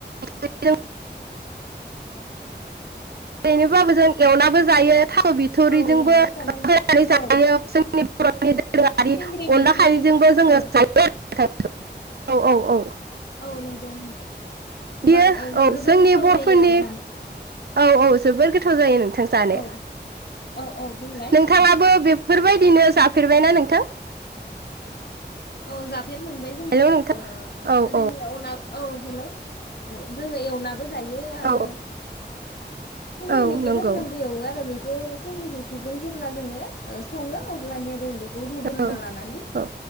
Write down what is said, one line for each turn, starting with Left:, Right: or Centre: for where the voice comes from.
Right: बे <unintelligible> ओरैनोबाबो जों एवनाबो जायो। थास' बिथरिजोंबो
Left: औ एवनाबो
Right: होनानै
Left: जानो हायो
Right: जायो
Left: औ
Right: ‌। नि <unintelligible>
Left: सिंग्रि
Right: <unintelligible>
Left: मैखि
Right: अनला खारैजोंबो जोङो‌
Left: औ
Right: जायो <unintelligible> <unintelligible> औ औ औ
Left: औ नंगौ नंगौ गोबां
Right: बियो
Left: ओ
Right: औ
Left: जोबोर
Right: जोंनि
Left: गोथाव
Right: बर'फोरनि
Left: जायो आरो जानो।
Right: औ औ जोबोर गोथाव जायो <unintelligible>
Left: औ औ औ बुंलाय,
Right: नोंथाङाबो
Left: औ
Right: बेफोरबायदिनो जाफेरबायना नोंथां?
Left: औ जा फेर मोनबाय जोंबो
Right: हेलौ नोंथां औ
Left: ओरैनि
Right: औ
Left: आव औ हेल' औ जों एवनाबो बो जायो आरो
Right: औ
Left: सिंग्रि
Right: औ
Left: मिखिफोरजोंबो
Right: नंगौ
Left: एवो आरो बेखौ सिंग्रिमिखिजों जेब्ला जोङो सङो अब्लानिया जों बे खौ रुग्रोना
Right: औ
Left: लानानै
Right: औ